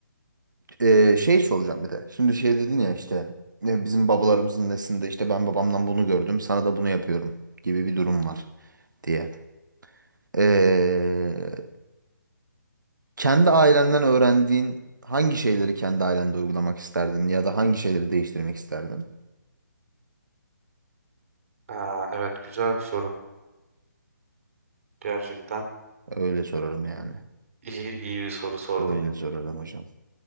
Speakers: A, on the right; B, on the right.
A: Ee, şey soracağım bir de. Şimdi şey dedin ya işte ya bizim babalarımızın neslinde işte ben babamdan bunu gördüm sana da bunu yapıyorum gibi bir durum var diye. Ee, Kendi ailenden öğrendiğin hangi şeyleri kendi ailende uygulamak isterdin ya da hangi şeyleri değiştirmek isterdin?
B: Ha, evet güzel bir soru. Gerçekten
A: Öyle sorarım yani.
B: iyi, iyi bir soru sordun.
A: Öyle sorarım hocam.